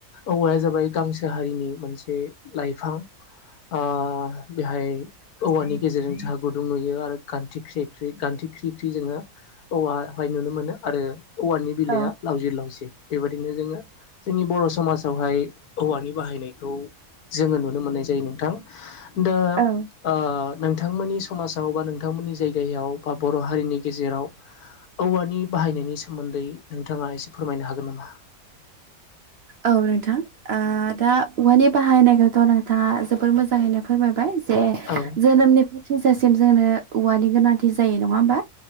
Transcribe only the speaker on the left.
औवाया जाबाय गांसो हारिनि मोनसे लाइफां ओ बेहाय औवानि गेजेरजों जोंहा गुदुं नुयो आरो गान्थि ख्रि गान्थि ख्रिख्रि जोङो औवाहाय नुनो मोनो आरो औवानि बिलाइआ
लावज्रिद लावज्रिद। बेबायदिनो जोङो जोंनि बर' समाजावहाय औवानि बाहायनायखौ जोङो नुनो मोननाय जायो नोंथां। दा ओ
नोंथांमोननि समाजाव बा नोंथांमोननि जायगायाव बा बर' हारिनि गेजेराव औवानि बाहायनायनि सोमोन्दै नोंथाङा एसे फोरमायनो हागोन नामा?
औ